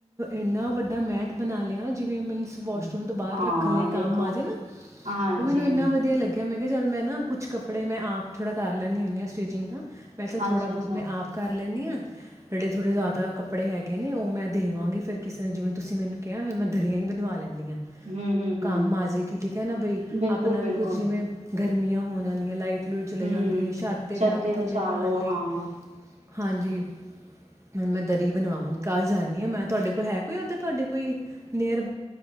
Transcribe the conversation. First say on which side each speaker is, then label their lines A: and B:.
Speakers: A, on the right; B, on the right.
A: ਇਨਾ ਵੱਡਾ ਮੈਟ ਬਣਾ ਲਿਆ। <unintelligible>
B: ਹੂੰ।
A: ਬਾਹਰ
B: ਹਾਂ
A: ਰੱਖਣ ਲਈ
B: ਦੇਖੋ
A: ਕੰਮ ਆ ਜਾਏ ਨਾ,
B: ਹਾਂਜੀ,
A: ਉਹ ਮੈਨੂੰ ਇਨਾ ਵਧੀਆ ਲੱਗੀ ਮੈਂ ਕਿਹਾ ਚਲ ਮੈਂ ਨਾ ਕੁਝ ਕੱਪੜੇ ਮੈਂ ਆਪ ਥੋੜਾ ਕਰ ਲੈਦੀ ਹੁੰਦੀ ਆ ਸਟੀਚਿੰਗ। ਪੈਸਾ
B: ਅੱਛਾ-ਅੱਛਾ,
A: ਥੋੜਾ ਬਹੁਤ ਮੈਂ ਆਪਕਾ ਜਿਹੜੇ ਥੋੜੇ ਜਿਆਦਾ ਕੱਪੜੇ ਹੈਗੇ ਨੇ ਉਹ ਮੈਂ ਫਿਰ ਕਿਸੇ ਨੇ ਜਿਵੇਂ ਤੁਸੀਂ ਮੈਨੂੰ ਕਿਹਾ ਮੈਂ ਦਰੀਆਂ ਹੀ ਬਣਵਾ ਲੈ
B: ਹੂੰ, ਹੂੰ,
A: ਕੰਮ
B: ਹੂੰ।
A: ਆ ਜਾਏਗੀ ਠੀਕ ਹ ਨਾ ਬਈ
B: ਬਿਲਕੁਲ-ਬਿਲਕੁਲ,
A: ਆਪਣਾ ਵੀ ਕੁਝ ਜਿਵੇਂ ਗਰਮੀਆਂ ਹੋ ਜਾਂਦੀਆਂ ਲਾ ਚਲੇ
B: ਹੂੰ।
A: ਜਾਂਦੀ ਹ ਛਾਤ ਤੇ ਜਾ
B: ਛੱਤ
A: ਕੇ
B: ਵਿਛਾ
A: ਥੱਲੇ ਪਾਣ
B: ਲੋ
A: ਲਈ।
B: ਹਾਂ,
A: ਹਾਂਜੀ ਮੈਂ ਦਰੀ ਬਣਾਵਾਂਗੀ ਕੱਲ ਜਾ ਨੀ ਮੈਂ ਤੁਹਾਡੇ ਕੋਲ ਹੈ <unintelligible> ਤੁਹਾਡੇ ਕੋਈ ਲੇਅਰ